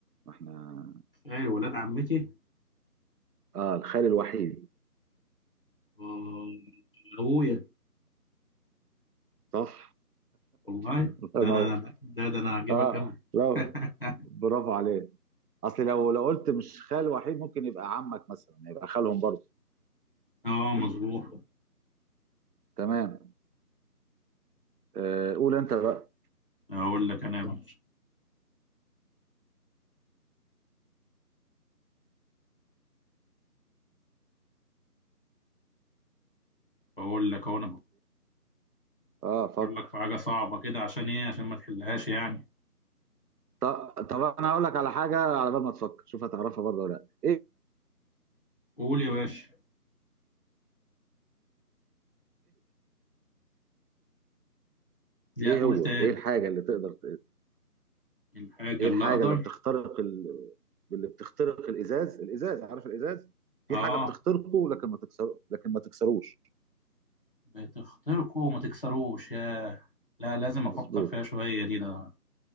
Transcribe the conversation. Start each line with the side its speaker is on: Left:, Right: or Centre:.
Right: ما احنا
Left: خال ولاد عمتي
Right: اه الخال الوحيد
Left: آه، ابويا
Right: صح
Left: والله
Right: <laughs> الله
Left: ده
Right: ينور
Left: انا ده ده انا هجيبك
Right: اه
Left: قوي
Right: لا
Left: <laughs>
Right: برافو عليك اصل لو لو قلت مش خال وحيد ممكن يبقى عمك مثلا يبقى خالهم برضه
Left: اه مظبوط
Right: تمام آه قول انت بقى
Left: اقول لك انا يا باشا اقول لك اهو انا بفكر
Right: اه فكر
Left: لك في حاجه صعبه كده عشان ايه عشان ما تحلهاش يعني
Right: طب طب انا هقول لك على حاجه على بال ما تفكر شوف هتعرفها برضه ولا لا ايه
Left: قول يا باشا لا
Right: ايه
Left: قول
Right: هو
Left: تاني
Right: ايه الحاجه
Left: قول.
Right: اللي تقدر
Left: الحاجه
Right: ايه
Left: اللي
Right: الحاجه
Left: اقدر
Right: اللي بتخترق ال... اللي بتخترق الازاز الازاز عارف الازاز
Left: اه
Right: في حاجه بتخترقه لكن ما تكسر لكن ما تكسروش
Left: بتخترقه وما تكسروش ياه لا لازم
Right: مظبوط
Left: افكر فيها شويه دي ده